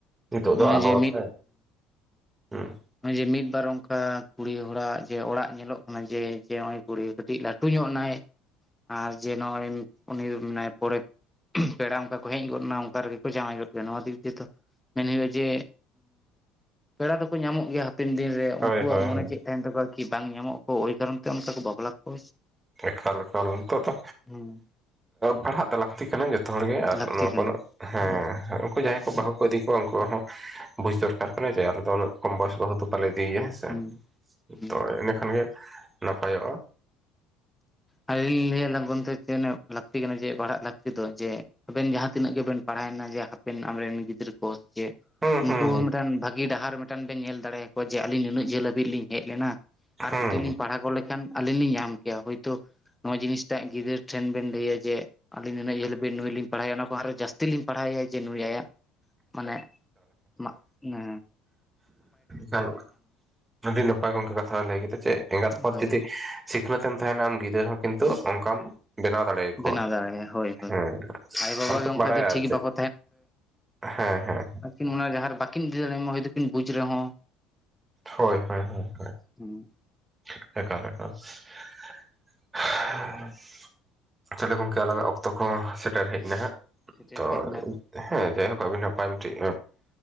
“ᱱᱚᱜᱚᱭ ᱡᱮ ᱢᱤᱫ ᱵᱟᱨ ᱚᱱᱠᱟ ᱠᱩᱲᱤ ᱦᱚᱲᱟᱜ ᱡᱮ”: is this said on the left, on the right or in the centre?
Centre